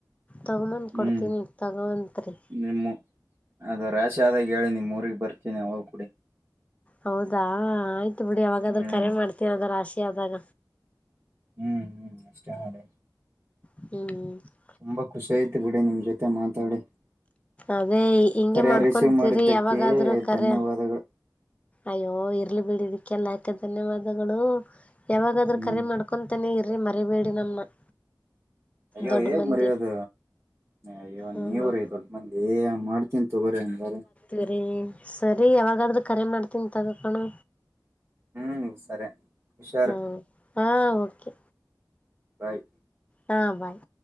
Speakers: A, on the left; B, on the right.
A: ತಗೊಬಂದ
B: ಹ್ಮ್
A: ಕೊಡ್ತೀನಿ ತಗೋವಂತ್ರಿ.
B: ನಿಮ್ಮ ಅದು ರಾಶಿ ಆದಾಗ ಹೇಳಿ ನಿಮ್ಮ ಊರಿಗೆ ಬರ್ತೀನಿ ಅವಾಗ ಕೊಡಿ.
A: ಹೌದಾ ಆಯ್ತು ಬಿಡಿ ಯಾವಾಗಾದ್ರ
B: ಹ್ಮ್
A: ಕರೆ ಮಾಡ್ತೀವಿ ಅದರ ರಾಶಿ ಆದಾಗ.
B: ಹ್ಮ್ ಹ್ಮ್ ಅಷ್ಟೇ ಮಾಡಿ.
A: ಹ್ಮ್ ಹ್ಮ್
B: ತುಂಬಾ ಖುಷಿ ಆಯಿತು ಬಿಡಿ ನಿಮ್ ಜೊತೆ ಮಾತಾಡಿ.
A: ಅದೇ ಹಿಂಗೆ
B: ಕರೆ
A: ಮಾಡ್ಕೊಂತೀರಿ
B: ರಿಸೀವ್ ಮಾಡಿದ್ದಕ್ಕೆ
A: ಯಾವಾಗಾದ್ರೂ ಕರೆ
B: ಧನ್ಯವಾದಗಳು.
A: ಅಯ್ಯೋ ಇರ್ಲಿ ಬಿಡಿ ಇದಕ್ಕೆಲ್ಲಾಕೆ ಧನ್ಯವಾದಗಳು ಯಾವಾಗಾದ್ರೂ
B: ಹ್ಮ್
A: ಕರೆ ಮಾಡ್ಕ ಕುಂತಾನೇ ಇರ್ರಿ ಮರಿಬೇಡಿ ನಮ್ಮನ್ನ.
B: ಅಯ್ಯೋ
A: ದೊಡ್ಡ
B: ಏನ
A: ಮಂದಿ
B: ಮರೆಯದ. ಅಯ್ಯೋ
A: ಹ್ಮ್
B: ನೀವ ರೀ ದೊಡ್ಡ ಮಂದಿ ಏ ಮಾಡ್ತೀನ್ ತೊಗೋರಿ ಹಂಗಾರ.
A: ಸರಿ ಸರಿ ಯಾವಾಗಾದ್ರೂ ಕರೆ ಮಾಡ್ತೀನಿ ತಗೋಕಣೊ.
B: ಹ್ಮ್ ಸರಿ ಹುಷಾರ್.
A: ಹಾ ಹಾಂ ಓಕೆ.
B: ಬಾಯ್.
A: ಹಾ ಬಾಯ್.